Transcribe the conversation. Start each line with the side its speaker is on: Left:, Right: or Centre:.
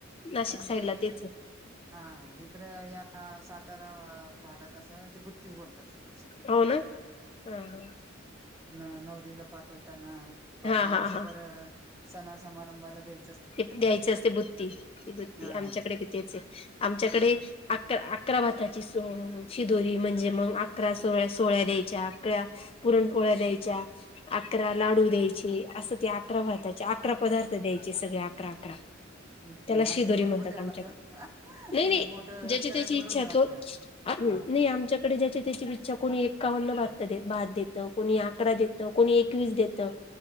Left: नाशिक
Right: पण
Left: साईडला
Right: ते
Left: तेच
Right: हा इकडं या सातारा भागात असं ते बुत्तीच बोलतात. शक्यतो
Left: हो ना हा हा.
Right: न नवरीला पाठवताना बाकी
Left: हा हा
Right: वर्षभर
Left: हा
Right: सणा समारंभाला द्याय
Left: ते द्यायची असते, बुत्ती ती बुत्ती
Right: हा
Left: आमच्याकडे बी तेच हाय आमच्याकडे अकरा भाताची स शिदोरी म्हणजे, मग अकरा सोळ्या सोळ्या द्यायच्या अकरा पुरणपोळ्या द्यायच्या अकरा लाडू द्यायचे, असं ते अकरा भाताचे अकरा पदार्थ द्यायचे सगळे आकरा, आकरा
Right: हम्म
Left: त्याला
Right: आमच्याकडे
Left: शिदोरी
Right: भरपूर
Left: म्हणतात
Right: द्यायला
Left: आमच्या
Right: लागतं
Left: कड नाही
Right: ते
Left: नाही
Right: मोठं
Left: ज्याची
Right: करणी
Left: त्याची
Right: भरून
Left: इच्छा
Right: द्याय लागतं.
Left: सोड
Right: हा
Left: नाही आ आमच्यात कडे ज्याची त्याची ईच्छा, कोणी एकावन्न भ भात देतं, कोणी अकरा, देतं कोणी एकवीस देतं